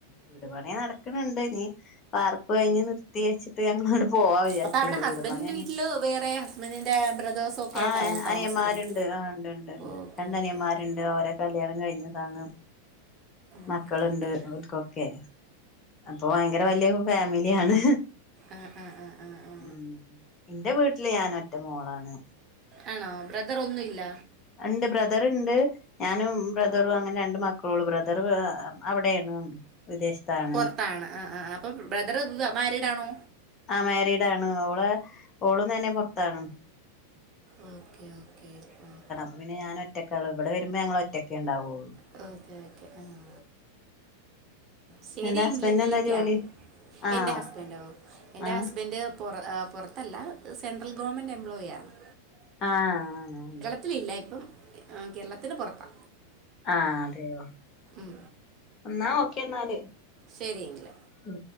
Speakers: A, on the left; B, on the right.
A: വീടുപണ നടക്കുന്നുണ്ട് നീ പാർപ്പ് കഴിഞ് നിർത്തി വച്ചട്ട് ഞങ്ങ പോവാ വിചാരിക്കണ്ട്
B: അപ്പൊ അവിടെ ഹസ്ബൻഡിന്റെ
A: വീടെ പണെ
B: വീട്ടില് വേറെ ഹസ്ബൻഡിന്റെ ബ്രദേഴ്സും ഒക്കെ ആയിട്ടായിരുന്നു
A: ആഹ അയ്യമാരുണ്ട്
B: താമസിക്കുന്നെ
A: ആണ്ട് ഉണ്ട്ണ്ട്
B: ഓക്കെ
A: രണ്ടനിയന്മാരുണ്ട്
B: ഓക്കെ ഓക്കെ
A: അവഓരെ കല്യാണം കഴിഞ്ഞതാണ് മക്കളുണ്ട്
B: ഓക്കെ ഓക്കെ
A: അവക്കൊക്കെ അപ്പൊ ഭയങ്കര വലിയ ഫാമിലിയാണ്
B: ആ ആ ആ ആ ആ
A: ഉം എന്റെ വീട്ടില് ഞാൻ ഒറ്റ മോളാണ്
B: ആണോ ബ്രദർ ഒന്നുമല്ല
A: ആൻഡ് ബ്രദറ്ണ്ട് ഞാനും ബ്രദറും അങ്ങനെ രണ്ട് മക്കളൊള്ളു ബ്രദർ അവിടെയാണ് വിദേശത്താണ്
B: പൊറത്താണ് ആഹ് ആഹ് അപ്പം ബ്രദറ് മാരിഡ് ആണോ
A: ആഹ് മാരീഡണ് അവ ഓളും തന്നെ പൊറത്താണ്
B: ഓക്കേ ഓക്കേ ആഹ്
A: അപ്പ പിന്നെ ഞാൻ ഒറ്റക്കള്ളദ് ഇവിടെ വരുമ്പോ ഞങ്ങൾ ഒറ്റക്കെ ഇണ്ടാവൊള്ളൂ
B: അതെ ഓക്കെ ഓക്കെ ആഹ് ശരിഎങ്കില്
A: എന്റെ ഹസ്ബൻഡിന്
B: വിളിക്കാം
A: എന്താ ജോലി ആഹ്
B: എന്റെ ഹസ്‌ബൻഡൊ എന്റെ
A: ആഹ്
B: ഹസ്ബന്ഡ് പൊറ പൊറത്തല്ല സെൻട്രൽ ഗവൺമെൻറ് എംപ്ലോയി ആയിരുന്നു
A: ആഹ് ആണോ
B: ത്തിലില്ല ഇപ്പം കേരളത്തിന് പൊറത്താ
A: ആഹ് അതെയോ
B: മ്
A: എന്നാ ഓക്കെ ന്നാല്
B: ശരിഎങ്കിൽ
A: ഉം